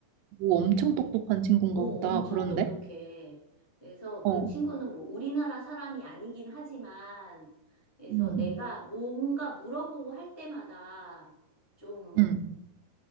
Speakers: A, on the right; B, on the left.
A: 오, 엄청 똑똑한 친구인가
B: 어, 엄청
A: 보다, 그런데?
B: 똑똑해. 그래서
A: 어,
B: 그 친구는 뭐 우리나라 사람이 아니긴 하지만, 그래서
A: 음,
B: 내가 뭔가 물어보고 할 때마다 좀,
A: 음.